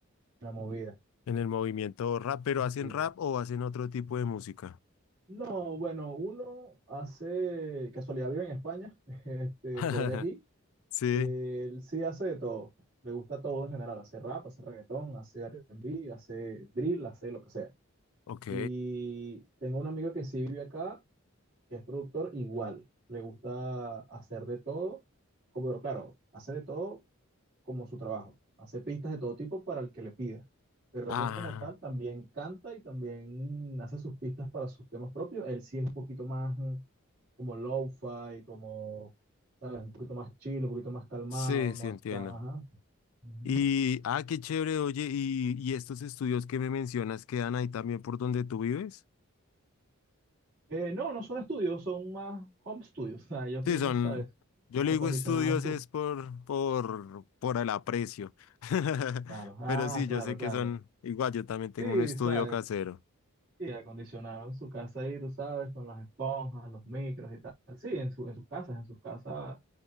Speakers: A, on the right; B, on the left.
A: en la movida.
B: En el movimiento rap, pero ¿hacen
A: Sí.
B: rap o hacen otro tipo de música?
A: No, bueno, uno hace casualidad vive en España, <laughs> este,
B: <laughs>
A: pero es de aquí
B: Sí,
A: Él sí hace de todo, le gusta todo en general, hace rap, hace reggaetón, hace R&B, hace drill, hace lo que sea.
B: ok.
A: Y tengo un amigo que sí vive acá, que es productor igual, le gusta hacer de todo, como claro, hace de todo como su trabajo, hace pistas de todo tipo para el que le pida. Pero
B: Ah,
A: él como tal también canta y también hace sus pistas para sus temas propios. Él sí es un poquito más mm, como lo-fi, como, ¿sabes? Un poquito más chill, un poquito más calmado,
B: sí,
A: no
B: sí entiendo.
A: está, ajá. Ujú.
B: Y, ah, qué chévere, oye, y, y estos estudios que me mencionas quedan ahí también por donde tú vives.
A: Eh, no, no son estudios, son más home studios, o sea, ellos
B: Sí,
A: tienen,
B: son,
A: ¿sabes?
B: yo
A: Acondicionaron
B: le digo estudios
A: su,
B: es por, por, por el aprecio. <laughs>
A: claro, ah,
B: Pero sí,
A: claro,
B: yo sé que
A: claro.
B: son, igual yo también tengo
A: Sí,
B: un estudio
A: ¿sabes?
B: casero.
A: Sí, acondicionaron su casa ahí, tú sabes, con las esponjas, los micros y tal. Sí, en su, en sus casas, en sus casas